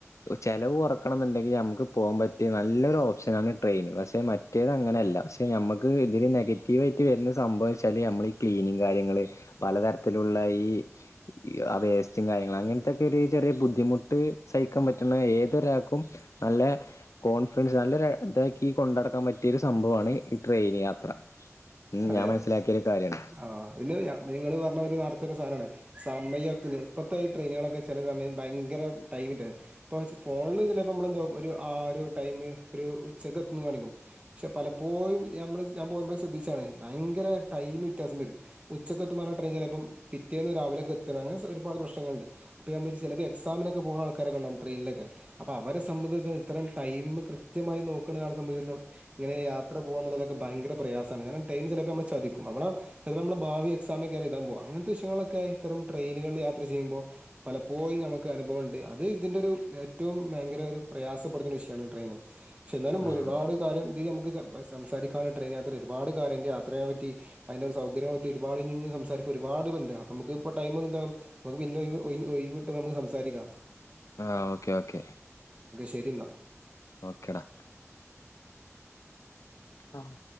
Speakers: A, on the left; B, on the right.
A: ഒ ചെലവ് കൊറക്കണംന്നുണ്ടെങ്കി ഞമ്മ്ക്ക് പോംപറ്റിയ നല്ലൊരു ഓപ്ഷനാണ് ട്രെയിന്. പക്ഷെ മറ്റേത് അങ്ങനെ അല്ല പക്ഷെ ഞമ്മക്ക് ഇതില് നെഗ റ്റീവായിറ്റ് വരുന്ന സംഭവ വെച്ചാല് നമ്മള് ഈ ക്ലീനിങ് കാര്യങ്ങള് പലതരത്തിലുള്ള ഈ ഇ അ വേസ്റ്റും കാര്യങ്ങളും അങ്ങനത്തൊക്കെ ഒരു ചെറിയ ബുദ്ധിമുട്ട് സഹിക്കാൻ പറ്റുന്ന ഏതൊരാൾക്കും നല്ല കോൺഫിഡൻസ് നല്ലൊര ഇതാക്കി കൊണ്ടടക്കാൻ പറ്റിയൊരു സംഭവോണ് ഈ ട്രെയിന് യാത്ര ഉം
B: അതെ
A: ഞാൻ മനസ്സിലാക്കിയൊരു കാര്യാണ്
B: ആഹ് പിന്നെ ഒര് ഞാ നിങ്ങള് പറഞ്ഞ ഒര് നർ ത്തൊര് സാനാനാണ് സമയത്തിന് ഇപ്പത്തെ ഈ ട്രെയിനുകളക്കെ ചെല സമയം ഭയങ്കര ടൈമിൻ്റെ ഇപ്പോൾ സ് ഫോണില് ചെലപ്പമ്മള്ന്താകും ഒരു ആ ഒരു ടൈമ് ഒരു ഉച്ചയ്ക്ക് എത്തുന്ന് കാണിക്കും ക്ഷെ പലപ്പോഴും ഞമ്മള് ഞാൻ പോക്മ്പോൾ ശ്രദ്ധിച്ചാണ് ഭയങ്കര ടൈമ് ത്യാസം വരും ഉച്ചക്കൊത്തും പറഞ്ഞ ടെയിൻ ചെലേപ്പം പിറ്റേന്ന് രാവിലൊക്കെ എത്തണ അങ്ങന സ് ഒരുപാട് പ്രശ്നങ്ങളുണ്ട്. അപ്പ ഞാൻ വിരിച്ച് എക്സാമിനൊക്കെ പോണ ആൾക്കാരൊക്കെണ്ടാവും ട്രെയിനിലക്കെ. അപ്പ അവര സംബന്ധത്ത് ഇത്തരം ടൈമ് കൃത്യമായി നോക്ക്ണൊരാളെ സംബന്ധിത്തം ഇങ്ങനെ യാത്ര പോവാന്നുള്ളതൊക്കെ ഭയങ്കര പ്രയാസാണ് കാരണം ടൈമ് ചെലപ്പ മ്മള ചതിക്കും നമ്മള ചെലപ്പ നമ്മള ഭാവി എക്സാമക്ക എഴുതാൻ പോകാ അങ്ങനത്തെ വിഷയങ്ങളൊക്കെ ഇത്തരം ട്രെയിനുകള് യാത്ര ചെയ്യുമ്പോ പലപ്പോഴും ഞമ്മക്ക് അനുഭവം ഒണ്ട് അത് ഇതിന്റെ ഒരു ഏറ്റവും ഭയങ്കര ഒരു പ്രയാസപ്പെടുത്തുണു വിഷയമാണ് ട്രെയിന് ക്ഷേ എന്നാലും
A: ആഹ്
B: ഒരുപാട് കാര്യം ദീ നമ്മ് ഇത് വ സംസാരിക്കാന് ട്രെയിൻ യാത്ര ഒരുപാട് ക്കാരൻ്റെ യാത്രയെ പറ്റി അയ്ന്റെ സൗകര്യങ്ങള പറ്റി ഒരുപാട്ഞ്ഞ് ഞ്ഞ് സംസാരിക്ക ഒരുപാട് പേര്ണ്ട് അപ്പ മ്മ്ക്ക് ഇപ്പ ടൈമ്ങ്ങ് ന്താകും നമുക്ക് പിന്നെ ഒഴിവ് ഒഴിഞ്ഞ് ഒഴിവിട്ടും നമ്മ്ക്ക് സംസാരിക്കാം
A: ആഹ് ഓക്കെ ഓക്കെ
B: ശരിന്നാ
A: ഓക്കേടാ ആഹ്